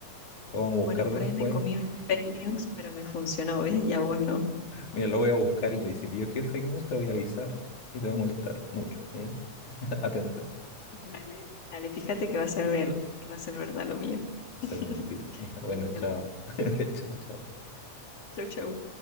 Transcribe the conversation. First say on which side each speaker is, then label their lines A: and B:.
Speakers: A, on the left; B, on the left.
A: lo vamos a buscar
B: Bueno, por
A: después.
B: ahí me comí unos fake
A: <laughs>
B: news, pero me funcionó, ¿ves? Y a vos no.
A: Mira, lo voy a buscar y yo, y si pillo que es fake news, te voy a avisar y te va a molestar mucho, ¿ya? <laughs> Atento,
B: Dale, dale, fíjate que va a ser ver, que va a ser verdad lo mío.
A: hacer
B: <laughs>
A: mentir. <laughs> Ya, Bueno,
B: Envíame.
A: chao. <laughs> Chao, chao.
B: Chau, chau.